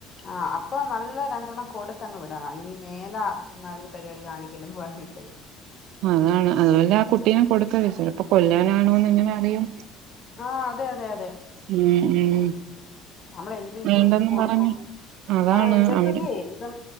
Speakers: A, on the left; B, on the right.
A: ആഹ് അപ്പോ നല്ല രണ്ടെണ്ണം കൊടുത്തങ്ങ് വിടണം ഇനി മേലാൽ ഇമ്മാതിരി പരിപാടി കാണിക്കല്ലെന്ന് പറഞ്ഞിട്ടേ
B: അതാണ് അതുപോലെ ആ കുട്ടീനെ കൊടുക്കര്ത് ചെലപ്പോ കൊല്ലാനാണോന്ന് എങ്ങനെ അറിയും
A: ആഹ് അതെ അതെ അതെ
B: ഉം ഉം
A: നമ്മളെന്ത് വിശ്വസിച്ച്
B: വേണ്ടെന്നും
A: കൊടുക്കും
B: പറഞ്ഞ് അതാണ്
A: ആഹ് ഇവർക്കൊക്കെ
B: അവിടെ
A: ഇതൊ